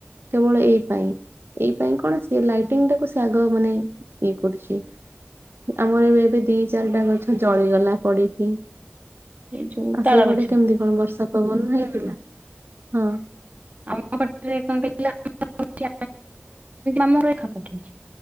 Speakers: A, on the right; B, on the right.
A: କେବଳ ଏଇ ପାଇଁ ଏଇ ପାଇଁ କ କଣ ସେ ଲାଇଟିଙ୍ଗ ଟାକୁ ସେ ଆଗ ମାନେ ଇଏ କରୁଛି ଆମର ଏବେ ଦି ଚାରିଟା ଗ ଗଛ ଜଳିଗଲା ପଡିକି।
B: ଏଇ ଯୋଉ
A: ଆଉ
B: ତାଳ
A: ସେଇପଟେ
B: ଗଛ।
A: କେମିତି କଣ ବର୍ଷା ପବନ ହେଇଥିଲା ହଁ।
B: ଆମଟରେ <inaudible> ସେମିତି ଆମର <unintelligible>